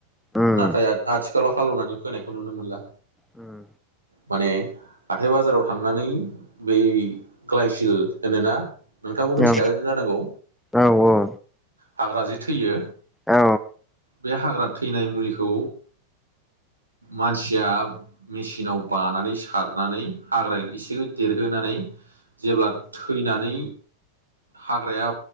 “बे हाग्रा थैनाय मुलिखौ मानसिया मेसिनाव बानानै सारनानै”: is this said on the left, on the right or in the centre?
Right